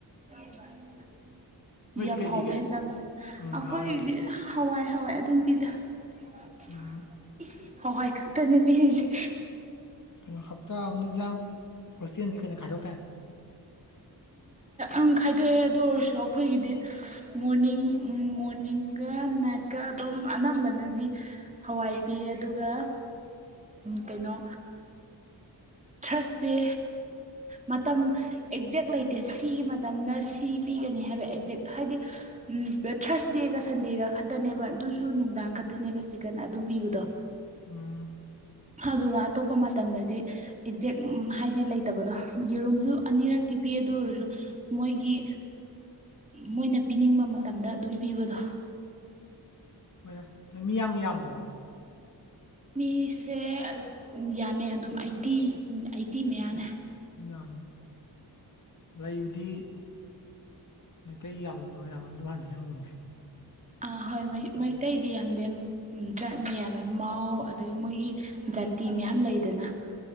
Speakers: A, on the right; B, on the left.
A: <inaudible> ꯌꯥꯝ
B: ꯀꯩ
A: ꯍꯥꯎꯋꯦ
B: ꯄꯤꯒꯦ
A: ꯍꯦꯖꯪꯉꯦ
B: ꯎꯝ
A: ꯑꯩꯈꯣꯏꯗꯤ
B: ꯍꯥꯎꯋꯦ ꯍꯥꯎꯋꯦ
A: ꯍꯋꯥꯏ ꯍꯋꯥꯏ ꯑꯗꯨꯝ ꯄꯤꯖ <inaudible>
B: ꯎꯝ
A: ꯍꯋꯥꯏ ꯈꯛꯇꯅꯦ ꯄꯤꯔꯤꯁꯦ
B: ꯀꯩꯅꯣ ꯍꯞꯇꯥ ꯑꯅ ꯏꯟꯖꯥꯡ ꯍꯣꯁꯇꯦꯜꯅꯤ ꯀꯩꯅꯣ ꯈꯥꯏꯗꯣꯛ ꯀ
A: ꯎ ꯈꯥꯏꯗꯣꯛꯑꯦ ꯑꯗꯨ ꯑꯣꯏꯔꯁꯨ ꯑꯩꯈꯣꯏꯒꯤꯗꯤ ꯃꯣꯔꯅꯤꯡ ꯃꯣꯔꯅꯤꯡꯒ ꯅꯥꯏꯠꯀ ꯑꯗꯨꯝ ꯑꯅꯝꯕꯅꯗꯤ ꯍꯋꯥꯏ ꯄꯤꯌꯦ ꯑꯗꯨꯒ ꯀꯩꯅꯣ ꯊꯔꯁ ꯗꯦ ꯃꯇꯝ ꯑꯦꯛꯖꯦꯛ ꯂꯩꯇꯦ ꯁꯤꯒꯤ ꯃꯇꯝꯗ ꯁꯤ ꯄꯤꯒꯅꯤ ꯍꯥꯏꯕ ꯑꯦꯛꯖꯦꯛ ꯍꯥꯏꯗꯤ ꯊꯥꯔꯁꯗꯦꯒ ꯁꯟꯗꯦꯒ ꯈꯛꯇꯅꯦꯕ ꯑꯗꯨꯁꯨ ꯅꯨꯡꯗꯥꯡ ꯈꯛꯇꯅꯦꯕ ꯆꯤꯛꯀꯟ ꯑꯗꯨꯝ ꯄꯤꯕꯗꯣ
B: ꯎꯝ
A: ꯑꯗꯨꯒ ꯑꯇꯣꯞꯄ ꯃꯇꯝꯗꯗꯤ ꯑꯦꯛꯖꯦꯛ ꯍꯥꯏꯗꯤ ꯂꯩꯇꯕꯗꯣ ꯌꯦꯔꯨꯝꯁꯨ ꯑꯅꯤꯔꯛꯇꯤ ꯄꯤ ꯑꯗꯨ ꯑꯣꯏꯔꯁꯨ ꯃꯣꯏꯒꯤ ꯃꯣꯏꯅ ꯄꯤꯅꯤꯡꯕ ꯃꯇꯝꯗ ꯑꯗꯨꯝ ꯄꯤꯕꯗꯣ
B: ꯍꯣꯏ ꯃꯤ ꯌꯥꯝ ꯌꯥꯝꯗꯕ꯭ꯔꯥ
A: ꯃꯤꯁꯦ ꯑꯁ ꯌꯥꯝꯃꯦ ꯑꯗꯨꯝ ꯑꯩꯠꯇꯤ ꯑꯩꯇꯤ ꯃꯌꯥꯅ
B: ꯑꯦ ꯃꯤ ꯌꯥꯝꯃꯤ ꯂꯩꯕꯗꯤ ꯃꯩꯇꯩ ꯌꯥꯝꯃ ꯌꯥꯝꯃꯝꯗ ꯃꯖꯦ ꯍꯪꯣꯡꯁꯤ
A: ꯑꯥ ꯍꯣꯏ ꯃꯩꯇꯩꯗꯤ ꯌꯥꯝꯗꯦꯝ ꯇ꯭ꯔꯥꯏꯕ ꯃꯌꯥꯝ ꯌꯥꯝ ꯃꯥꯎ ꯑꯗꯩ ꯃꯣꯏꯒꯤ ꯖꯥꯇꯤ ꯃꯌꯥꯝ ꯂꯩꯗꯅ